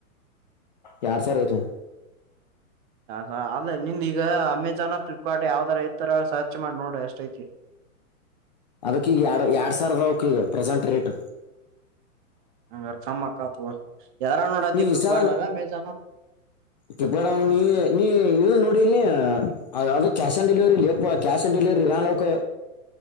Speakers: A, on the left; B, on the right.
A: ಯಾರ್ ಸಾರ್ ಐತ ನೋಡ
B: ಹ ಅಲ್ಲೇ ನಿಂದ್ ಈಗ ಅಮೆಜನ್ ಫ್ಲಿಪ್ಕಾರ್ಟ್ ಯಾವ್ ತರ ಇತರ ಸರ್ಚ್ ಮಾಡಿ ನೋಡ್ರಿ ಅಷ್ಟೈತಿ <inaudible>
A: ಅದಕ್ಕ ಈಗ ಎರಡು ಎರಡ್ ಸಾವರದ ಅವಕ ಈಗ ಪ್ರೆಸೆಂಟ್ ರೇಟ್
B: <unintelligible> ನೋಡತಿ
A: ನೀ
B: ಫ್ಲಿಪ್ಕಾರ್ಟ್ದಾಗ
A: ಇಷ್ಟಾಲ
B: ಅಮೆಜಾನ್
A: ತಿಪ ನೀ ನೀ ಇ ನೋಡಿ ಇಲ್ ಅದು ಕ್ಯಾಶ್ ಆನ್ ಡೆಲಿವರಿಪ ಕ್ಯಾಶ್ ಆನ್ ಡೆಲಿವರಿ ರಾನಕ